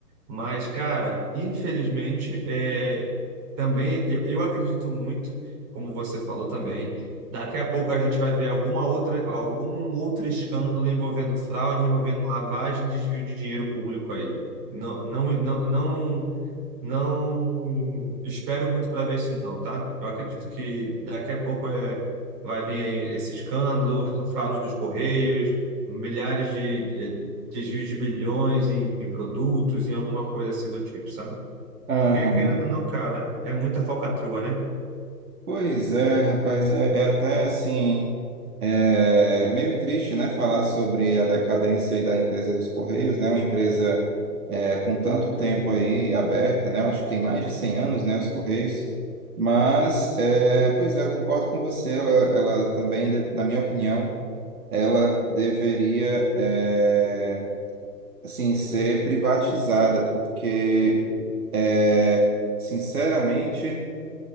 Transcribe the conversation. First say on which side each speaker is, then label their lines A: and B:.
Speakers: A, on the right; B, on the right.
A: Mas, cara, infelizmente, é, também eu eu acredito muito, como você falou também. Daqui a pouco a gente vai ver alguma outra, algum outro escândalo envolvendo fraude, envolvendo lavagem, desvio de dinheiro público aí. Não, não, não, não, não espero muito para ver isso não, tá? Eu acredito que daqui a pouco é, vai vir aí esse escândalo, a fraude dos Correios, milhares de eh, desvios de bilhões em, em produtos, em alguma coisa assim do tipo, sabe?
B: Aham.
A: Porque, querendo ou não, cara, é muita falcatrua, né?
B: Pois é, rapaz, é, é até assim, é meio triste, né, falar sobre a decadência aí da empresa dos Correios, né, uma empresa é, com tanto tempo aí aberta, né, eu acho que tem mais de 100 anos, né, os Correios, mas, é, pois é, eu concordo com você, ela, ela também, deve- na minha opinião, ela deveria, é, assim, ser privatizada, porque, é, sinceramente